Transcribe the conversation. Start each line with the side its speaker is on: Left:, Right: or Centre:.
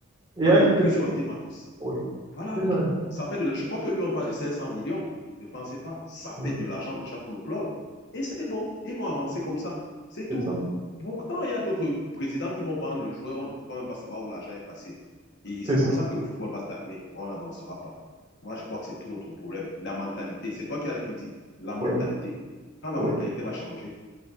Right: Et
Left: Voilà,
Right: elle,
Left: plusieurs ont été vendus.
Right: oui,
Left: Voilà.
Right: plusieurs ont été-
Left: Ça fait de la- Je crois que lui, on parle de 500 millions de francs CFA. Ça
Right: oui,
Left: fait de l'argent déjà pour le club. Et c'est bon. Ils vont avancer comme ça. C'est tout.
Right: c'est ça.
Left: Pourtant, il y a d'autres présidents qui vont vendre le joueur. On ne peut même pas savoir où l'argent est passé. Et c'est
Right: C'est ça.
Left: comme ça que le football va stagner. On n'avancera pas. Moi, je crois que c'est tout notre problème. La mentalité. C'est toi qui as tout dit. La mentalité.
Right: Oui,
Left: Quand la
Right: oui,
Left: mentalité va changer,